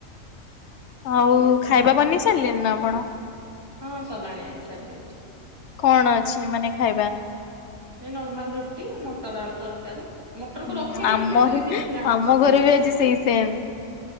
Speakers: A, on the left; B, on the right.
A: ଆଉ
B: ହୁଏ ସେମିତି
A: ଖାଇବା
B: ଆଉ
A: ବନେଇ ସାରିଲେଣି ନା ଆପଣ?
B: ହଁ ସରିଲାଣି ଆଜି ସାରି ଦେଇଛି।
A: କଣ ଅଛି ମାନେ ଖାଇବା?
B: ଏ ନର୍ମାଲ ରୁଟି ମଟର ଆଳୁ ତରକାରୀ। ମ ମଟରକୁ
A: ହୁଁ
B: ରଖିଦେଇଥିଲି
A: ଆମର
B: ଦୁଇ ଦିନ ହେଲାଣି
A: ଆମ
B: ମୁଁ ସିଜେଇକି।
A: ଘରେ ବି ଆଜି ସେଇ ସେମ୍